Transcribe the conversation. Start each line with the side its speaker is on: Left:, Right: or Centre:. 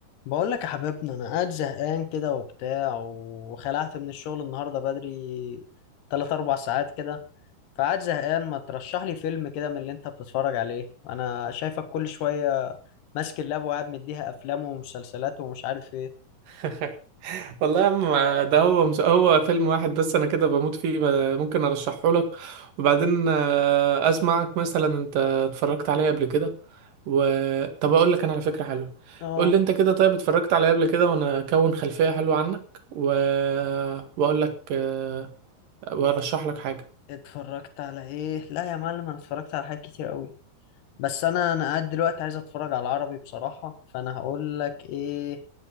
Left: بقول لك يا حبيبنا انا قاعد زهقان كده وبتاع وخلعت من الشغل النهارده بدري 3 4 ساعات كده فقاعد زهقان ما ترشح لي فيلم كده من اللي انت بتتفرج عليه انا شايفك كل شويه ماسك اللاب وقاعد مديها افلام ومسلسلات ومش عارف ايه
Right: <laughs> والله يا عم ده هو مش هو فيلم واحد بس انا كده بموت فيه ب- ممكن ارشحه لك وبعدين آه، اسمعك مثلا انت اتفرجت عليه قبل كده و... طب اقول لك انا على فكرة حلوة
Left: اه
Right: قول لي انت كده طيب اتفرجت عليه قبل كده وانا اكون خلفية حلوة عنك و... واقول لك آه، وارشح لك حاجة
Left: اتفرجت على ايه لا يا معلم انا اتفرجت على حاجات كتير قوي بس انا انا قاعد دلوقتي عايز اتفرج على العربي بصراحه فانا هقول لك ايه